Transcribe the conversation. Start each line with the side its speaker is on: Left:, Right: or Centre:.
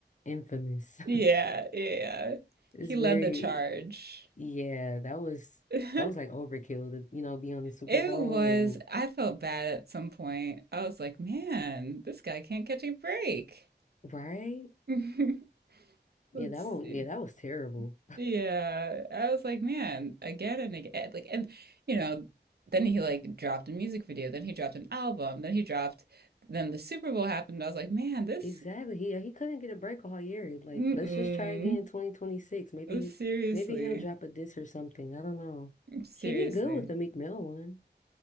Left: infamous.
Right: Yeah,
Left: <laughs>
Right: yeah. yeah.
Left: It's
Right: He led
Left: very,
Right: the charge.
Left: yeah, that was
Right: <laughs>
Left: that was like overkill to, you know, be on the Super
Right: It
Left: Bowl
Right: was,
Left: and
Right: I felt bad at some point. I was like, man, this guy can't catch a break.
Left: Right?
Right: <laughs>
Left: Yeah,
Right: Let's
Left: that one,
Right: see.
Left: yeah, that was terrible.
Right: Yeah, I was like, man, again and again. Like, and you know, then he like dropped a music video, then he dropped an album, then he dropped, then the Super Bowl happened. I was like, man, this,
Left: Exactly. He he couldn't get a break all year. Like,
Right: <laughs> mm-mm.
Left: let's just try again 2026. Maybe
Right: Seriously,
Left: he maybe he'll drop a diss or something. I don't know.
Right: seriously.
Left: He did good with the Meek Mill one.